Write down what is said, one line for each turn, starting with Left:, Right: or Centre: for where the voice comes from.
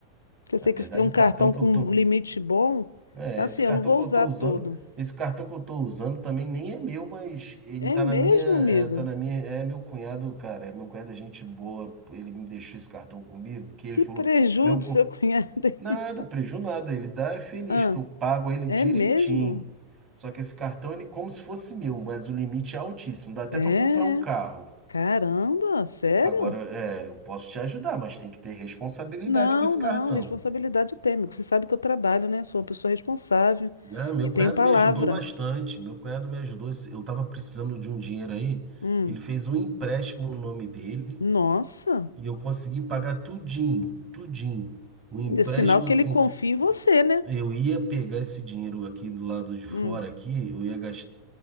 Left: Que eu sei
Right: Na verdade,
Left: que você tem um
Right: o
Left: cartão
Right: cartão que
Left: com
Right: eu
Left: um
Right: tô
Left: limite bom.
Right: É,
Left: É Assim,
Right: esse
Left: eu
Right: cartão
Left: não vou
Right: que eu
Left: usar
Right: tô usando,
Left: todo.
Right: esse cartão que eu tô usando também nem é meu, mas ele
Left: É
Right: tá
Left: mesmo,
Right: na minha, é,
Left: amigo?
Right: tá na minha, é meu cunhado, cara, é meu cunhado é gente boa, ele me deixou esse cartão comigo, que ele
Left: Que
Right: falou,
Left: preju
Right: meu,
Left: do
Right: cu-
Left: seu cunhado.
Right: nada,
Left: hein? <laughs>
Right: preju nada, ele dá é feliz,
Left: Ah,
Right: porque eu pago ele
Left: é
Right: direitinho.
Left: mesmo?
Right: Só que esse cartão, ele é como se fosse meu, mas o limite é altíssimo, dá até
Left: É.
Right: pra comprar um carro.
Left: Caramba, sério?
Right: Agora, é, eu posso te ajudar, mas tem que ter responsabilidade
Left: Não,
Right: com esse
Left: não,
Right: cartão.
Left: responsabilidade eu tenho, amigo. Você sabe que eu trabalho, né? Sou uma pessoa responsável
Right: Ah, meu
Left: e tenho
Right: cunhado
Left: palavra.
Right: me ajudou bastante. Meu cunhado me ajudou. Eu estava precisando de um dinheiro aí.
Left: Hum.
Right: Ele fez um empréstimo no nome dele
Left: Nossa,
Right: e eu consegui pagar tudinho, tudinho. o empréstimo
Left: é sinal que
Right: assim,
Left: ele confia em você, né?
Right: eu ia pegar esse dinheiro aqui do lado de fora
Left: Hum.
Right: aqui, eu ia gastar,